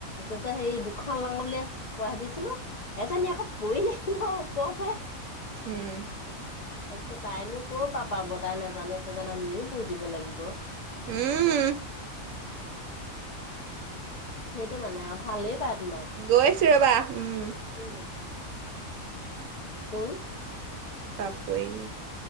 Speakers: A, on the left; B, on the right.
A: কৈছে সেই খন লাঙ বুলি প ভাবিছিলো এজনী আকৌ পৰিলেহি নহয় ওপৰতে।
B: উম।
A: তাৰপিছত তাইনো কও পাপ ব তাই নাজানে চ যোন আমিয়ে বৈ দিব লাগিব।
B: উম।
A: সেইটো মানে আৰু ভালেই পায়। তোমাক
B: গৈছো ৰবা উম।
A: কোন কোন?
B: পাপৰি।